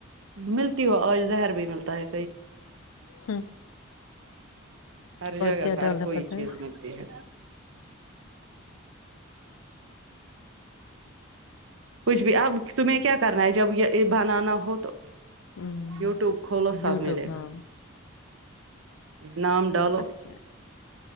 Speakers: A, on the right; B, on the left.
A: ملتی ہو آج زہر بھی ملتا ہے
B: ہاں
A: ہر جگہ
B: کیا
A: ہر
B: ڈالنا
A: کوئی
B: پڑتا
A: چیز
B: ہے
A: ملتی ہے کچھ بھی اب تمہیں کیا کرنا ہے جب یہ بنانا ہو تو
B: ہوں
A: یوٹیوب کھولو سب
B: یوٹیوب
A: ملے
B: ہاں
A: گا نام
B: چلو
A: ڈالو
B: اچھا